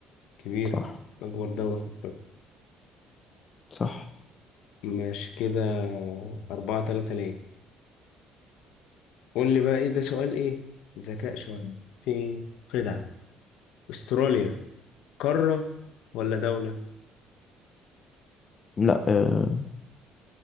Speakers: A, on the left; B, on the left.
A: كبيرة
B: صح
A: أكبر دولة في أفريقيا
B: صح
A: ماشي كده أربعة تلاتة ليه قول لي بقى إيه ده سؤال إيه ذكاء شوية في خدعة أستراليا قارة ولا دولة
B: لا آه،